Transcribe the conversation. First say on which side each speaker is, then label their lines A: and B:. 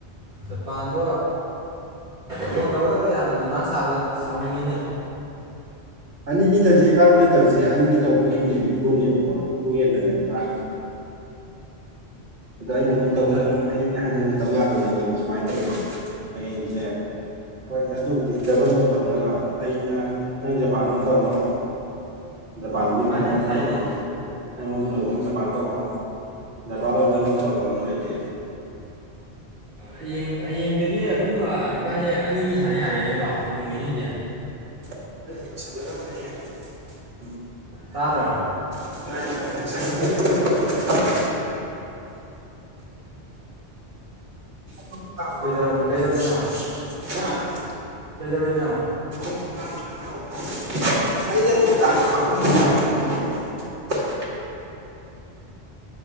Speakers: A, on the right; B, on the right.
A: ꯖꯄꯥꯟꯗꯣ ꯐꯣꯟ ꯇꯧꯒꯗꯕꯗ ꯌꯥꯝꯅ ꯗꯤꯃꯥꯟ ꯁꯥꯕ ꯁꯥꯎꯅꯤꯡꯉꯤꯅꯦ
B: ꯑꯅꯤꯅꯤ ꯇꯧꯔꯤꯁꯦ ꯏꯕꯥꯅꯤꯅ ꯇꯧꯔꯤꯁꯤ ꯑꯅꯤ ꯇꯧꯕꯒꯤ ꯃꯤꯅꯤꯠ ꯅꯤꯐꯨꯅꯦꯕꯀꯣ ꯍꯦꯟꯕꯅꯦꯕ <unintelligible> ꯑꯗ ꯑꯩꯅ ꯑꯃꯨꯛ
A: ꯃꯤꯇ꯭ꯔ
B: ꯇꯧꯅꯪꯅ ꯑꯃꯨꯛ ꯑꯩꯅ ꯍꯟꯖꯤꯟ ꯍꯟꯖꯤꯟꯅ ꯇꯧ ꯌꯥꯗꯕꯩꯅꯦꯕ ꯁꯨꯃꯥꯏ <unintelligible> ꯍꯌꯦꯡꯁꯦ ꯍꯣꯏ ꯑꯗꯨꯕꯨꯗꯤ ꯗꯕꯟꯗ ꯐꯪꯅꯕ ꯑꯩꯅ ꯅꯪ ꯖꯄꯥꯟ ꯑꯝ ꯇꯧꯔꯣ ꯖꯄꯥꯟ
A: ꯗꯤꯃꯥꯟ
B: <unintelligible> ꯑꯩꯉꯣꯟꯗ
A: ꯌꯥꯝ ꯁꯥꯏꯅꯦ
B: ꯇꯧꯔꯣ ꯑꯩꯉꯣꯟꯗ ꯂꯣꯏꯔꯕ ꯖꯄꯥꯟ ꯇꯧꯔꯣ ꯖꯄꯥꯟꯗ ꯑꯣ ꯑꯗꯨꯅꯗꯤ
A: ꯍꯌꯦꯡ ꯍꯌꯦꯡꯗꯒꯤ ꯑꯗꯨꯝ ꯏꯕꯥꯅꯤ ꯑꯅꯤꯅꯤ ꯁꯥꯟꯅ ꯌꯥꯔꯦꯅꯦꯀꯣ ꯅꯣꯡ ꯅꯤꯅꯤꯗꯤ
B: <unintelligible>
A: ꯇꯥꯗ꯭ꯔꯣ
B: <unintelligible> <unintelligible>
A: ꯀꯩꯗꯧꯔꯝꯃꯤ ꯀꯩꯗꯧꯔꯤꯅꯣ ꯀꯩꯗꯧꯋꯤꯅꯣ
B: ꯑꯩꯗ <unintelligible>